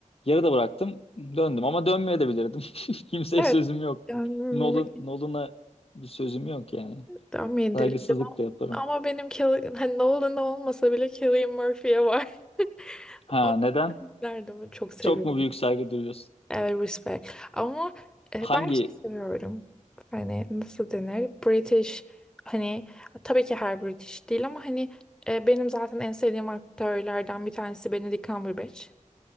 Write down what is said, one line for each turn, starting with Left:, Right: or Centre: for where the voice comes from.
Left: yarıda bıraktım, döndüm ama dönmeye de bilirdim. <laughs> Kimseye
Centre: Evet.
Left: sözüm yok.
Centre: Yani
Left: Nolan, Nolan'a bir sözüm yok yani.
Centre: tahmin
Left: Saygısızlık
Centre: edebilirdim ama
Left: da yaparım.
Centre: ama benim Kill- hani Nolan olmasa bile Cillian Murphy'ye var. <laughs>
Left: Ha
Centre: O
Left: neden?
Centre: yüzden çok seviyorum.
Left: Çok mu büyük saygı duyuyorsun?
Centre: Evet, respect. Ama e,
Left: Hangi
Centre: ben şey seviyorum. Hani nasıl denir? British hani tabii ki her British değil ama hani e, benim zaten en sevdiğim aktörlerden bir tanesi Benedict Cumberbatch.